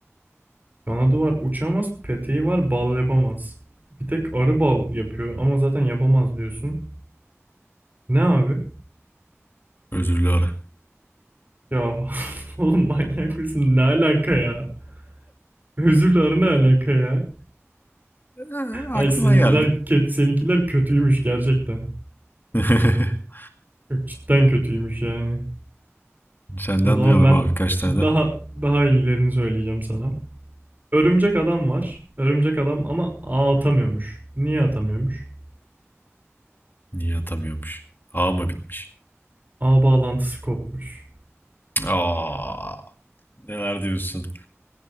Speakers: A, on the right; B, on the left.
A: Kanadı var uçamaz, peteği var bal yapamaz. Bir tek arı bal yapıyor ama zaten yapamaz diyorsun. Ne abi?
B: Özürlü ara.
A: Ya <laughs> oğlum manyak mısın? Ne alaka ya? Özürle arı ne alaka ya?
B: Ee,
A: Ay
B: aklıma
A: seninkiler,
B: geldi.
A: ke- seninkiler kötüymüş gerçekten.
B: <laughs>
A: Yok cidden kötüymüş yani.
B: Senden
A: O zaman
B: duyalım
A: ben
B: abi kaç tane.
A: daha daha iyilerini söyleyeceğim sana. Örümcek adam var. Örümcek adam ama ağ atamıyormuş. Niye atamıyormuş?
B: Niye atamıyormuş? A mı bitmiş?
A: Ağ bağlantısı kopmuş.
B: Aa, neler diyorsun?